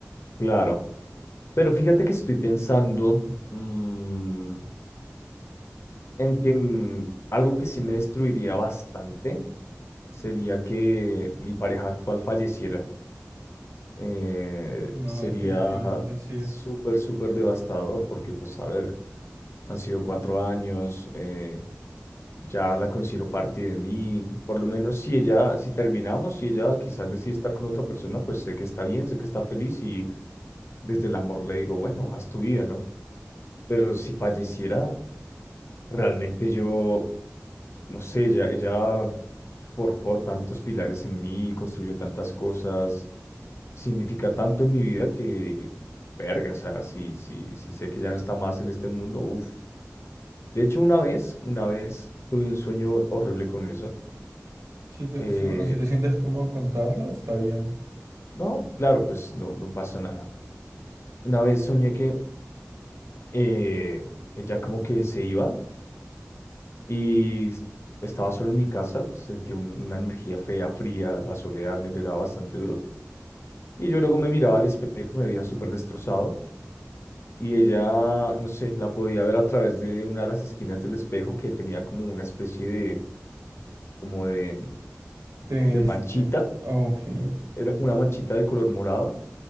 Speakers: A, on the left (about 50°); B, on the right (about 75°).
A: claro. Pero fíjate que estoy pensando, mm, en quien algo que sí me destruiría bastante sería que mi pareja actual falleciera. Eh,
B: No,
A: sería
B: definitivamente sí
A: súper,
B: es.
A: súper devastador porque, pues, a ver, han sido cuatro años, eh, ya la considero parte de mí. Por lo menos si ella, si terminamos, si ella quizás decide estar con otra persona, pues sé que está bien, sé que está feliz y desde el amor le digo, bueno, haz tu vida, ¿no? Pero si falleciera, realmente yo no sé, ya, ella forjó tantos pilares en mí, construyó tantas cosas, significa tanto en mi vida que, verga, o sea, si, si, si sé que ya no está más en este mundo, uff. De hecho, una vez, una vez tuve un sueño horrible con eso.
B: Sí, te-
A: Eh,
B: sí, bueno, si te sientes cómodo contarlo, está bien.
A: no, claro, pues no, no pasa nada. Una vez soñé que eh, ella como que se iba y s- estaba solo en mi casa, sentía un- una energía fea, fría, la soledad me pegaba bastante duro. Y yo luego me miraba al espejo, me veía súper destrozado. Y ella, no sé, la podía ver a través de una de las esquinas del espejo que tenía como una especie de, como de,
B: De
A: de
B: este.
A: manchita.
B: Ok, ok.
A: Era como una manchita de color morado.